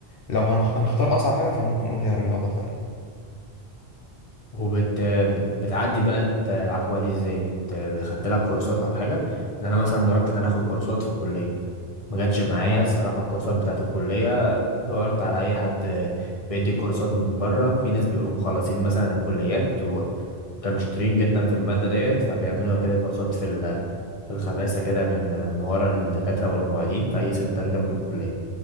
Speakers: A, on the left; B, on the left.
A: لو هنخ- هنختار أصعب حاجة فممكن نقول هي الرياضة فعلا
B: وبت بت... بتعدي بقى العقبه دي ازاي بت... خدت لها كورسات او حاجه يعني انا مثلا جربت ان انا اخد كورسات في الكليه ما جاتش معايا
A: آه.
B: الصراحه الكورسات بتاعت الكليه دورت على اي حد بيدي كورسات من بره في ناس بيبقوا مخلصين مثلا الكليات كانوا شاطرين جدا في المادة ديت فبيعملوا كده كورسات في ال- في الخباثة كده من من ورا الدكاترة والمعيدين في أي سنتر جنب الكلية